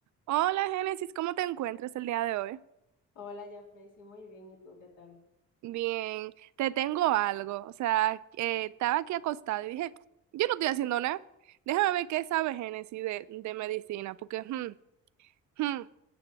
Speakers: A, on the right; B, on the left.
A: Hola Génesis, ¿cómo te encuentras el día de hoy?
B: Hola, Jafrey, sí, muy bien. ¿Y tú qué tal?
A: Bien, te tengo algo. O sea, eh, estaba aquí acostada y dije, yo no estoy haciendo nada. Déjame ver qué sabe Génesis de, de medicina, porque hmm, hmm,